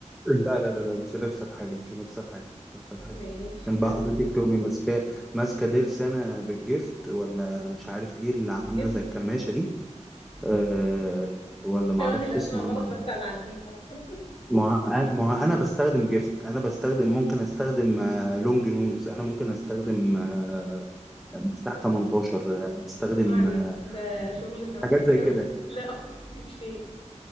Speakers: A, in the centre; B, on the left.
A: لا لا لا لا مش هنخسر حاجه مش هنخسر حاجه مش هنخسر حاجه
B: ماشي
A: كان بقى
B: حلو
A: حضرتك تقومي ماسكاه ماسكه ضرس انا بالجفت ولا مش عارف ايه اللي عامله
B: جفت
A: زي الكماشه دي آه
B: ماشي
A: ولا ما
B: كمان
A: اعرفش
B: الاسماء
A: اسمها
B: غلط بس هنعديها <laughs>
A: ما هو- ما هو انا بستخدم جيفت انا بستخدم ممكن استخدم آه، لونج نوز انا ممكن استخدم آه، مفتاح 18 آه، استخدم
B: ما علينا
A: آه،
B: ده شغل سمكري
A: حاجات زي
B: انا
A: كده
B: <laughs> لا افقه في شيء